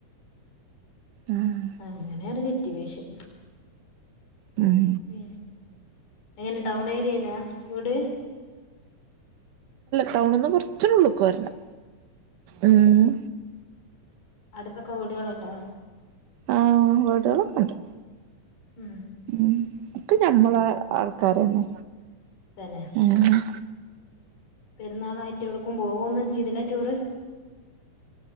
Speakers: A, on the right (about 80°); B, on the left (about 85°).
A: ആഹ്
B: അങ്ങനെ ഒരു സിറ്റുവേഷൻ
A: ഉം
B: <unintelligible> എങ്ങനെ ടൗൺ ഏരിയേ ലാ വിട്
A: ടൗണ്ന്ന് കുറച്ചൊരു ഉള്ള്ക്കോർനം ഉം
B: അടുത്തൊക്കെ വീടുകളുണ്ടോ
A: ആഹ് വീടുകളൊക്കെ ഉണ്ട്
B: ഉം
A: ഉം ഒക്കെ ഞമ്മളെ ആൾക്കാരന്നെ
B: തന്നെ
A: ആ ആ
B: പെരുന്നാളായിട്ട് എവിടക്കും പോവൊന്നും ചെയ്തില്ല ടൂറ്